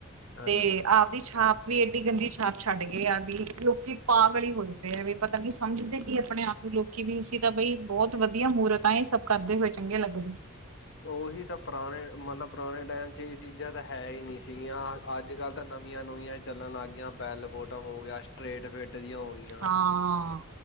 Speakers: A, on the left; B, on the right.
A: ਹਾਂਜੀ।
B: ਤੇ। ਆਪਦੀ ਛਾਪ ਵੀ ਇਏਡੀ ਗੰਦੀ ਛਾਪ ਛੱਡ ਗਏ ਆ ਵੀ, ਲੋਕੀ ਪਾਗਲੀ ਹੋ ਜਾਂਦੇ ਆ ਵੀ। ਪਤਾ ਨਹੀਂ ਸਮਝਦੇ ਕਿ ਆਪਣੇ ਆਗੂ ਲੋਕੀ ਵੀ, ਅਸੀਂ ਤਾਂ ਬਈ ਬਹੁਤ ਵਧੀਆ ਮਹੂਰਤ ਆ, ਇਹ ਸਭ ਕਰਦੇ ਹੋਏ ਚੰਗੇ ਲੱਗਦੇ।
A: ਉਹੀ ਤਾਂ ਪੁਰਾਣੇ, ਮਤਲਬ ਪੁਰਾਣੇ ਟਾਈਮ, 'ਚ ਇਹ ਚੀਜ਼ਾਂ ਤਾਂ ਹੈ ਹੀ ਨਹੀਂ ਸੀਗੀਆਂ। ਅੱਜ-ਕੱਲ੍ਹ ਤਾਂ ਨਵੀਆਂ-ਨਵੀਆਂ ਹੀ ਚੱਲਣੱਗ ਗਿਆ। ਜ ਬੈੱਲ-ਬੋਟਮ ਹੋ ਗਿਆ, ਸਟਰੇਟ-ਫਿੱਟ ਦੀਆਂ ਹੋ ਗਈਆਂ।
B: ਹਾਂ